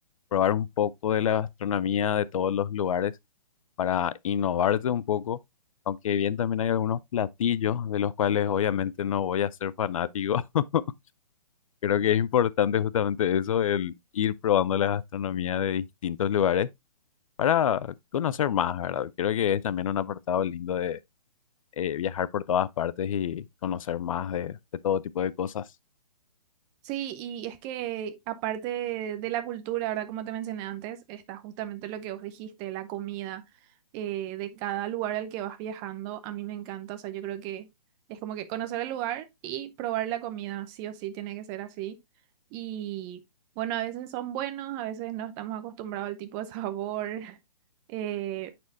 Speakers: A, on the left; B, on the right.
A: probar un poco de la gastronomía de todos los lugares. para innovarte un poco, aunque bien también hay algunos platillos de los cuales obviamente no voy a ser fanático. <laughs> Creo que es importante justamente eso, el ir probando la gastronomía de distintos lugares para conocer más, ¿verdad? Creo que es también un apartado lindo de eh, viajar por todas partes y conocer más de, de todo tipo de cosas.
B: Sí, y es que aparte de la cultura, ¿verdad? Como te mencioné antes, está justamente lo que vos dijiste, la comida eh, de cada lugar al que vas viajando. A mí me encanta, o sea, yo creo que es como que conocer el lugar y probar la comida, sí o sí, tiene que ser así. Y bueno, a veces son buenos, a veces no estamos acostumbrados al tipo de sabor, <laughs> eh,